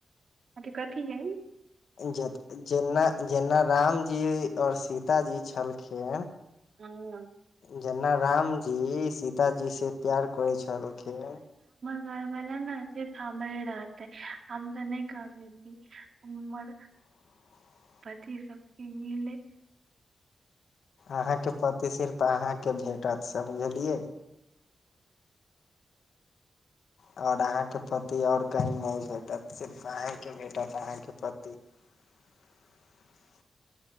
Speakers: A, on the right (about 60°); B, on the left (about 80°).
A: कथी भेल
B: जे जेना जेना रामजी ओर सीताजी छलखिन
A: हँ
B: जेना रामजी सीताजी से प्यार करै छलखिन
A: घर वाला ने से हमरे रहतेै हम तऽ नहि कहबे क उर
B: <inaudible> <unintelligible>
A: पति सबके मिलै
B: अहाँके पति सिर्फ अहाँके भेटत समझलियै आओर अहाँके पति आओर कही नहि भेटत सिर्फ अहींके भेटत अहाँके पति <inaudible> <unintelligible>